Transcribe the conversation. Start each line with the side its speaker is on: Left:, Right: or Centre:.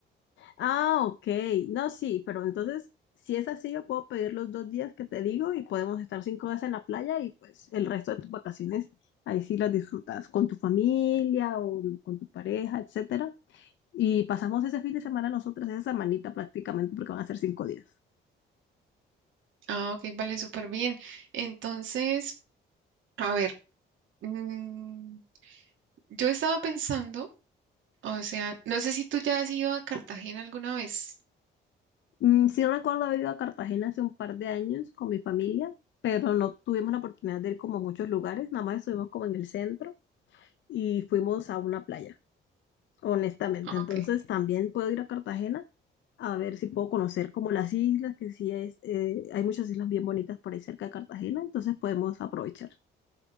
Left: ah, ok. No, sí, pero entonces, si es así, yo puedo pedir los dos días que te digo y podemos estar cinco días en la playa y pues el resto de tus vacaciones, ahí sí las disfrutas con tu familia o con tu pareja, etcétera. Y pasamos ese fin de semana nosotras, esa semanita prácticamente, porque van a ser cinco días.
Right: Ah, ok, vale, súper bien. Entonces, a ver, mm, yo estaba pensando, o sea, no sé si tú ya has ido a Cartagena alguna vez.
Left: Mm, Sí recuerdo haber ido a Cartagena hace un par de años con mi familia, pero no tuvimos la oportunidad de ir como a muchos lugares, nada más estuvimos como en el centro y fuimos a una playa, honestamente.
Right: Ah,
Left: Entonces
Right: Ok,
Left: también puedo ir a Cartagena a ver si puedo conocer como las islas, que sí es, eh, hay muchas islas bien bonitas por ahí cerca de Cartagena, entonces podemos aprovechar.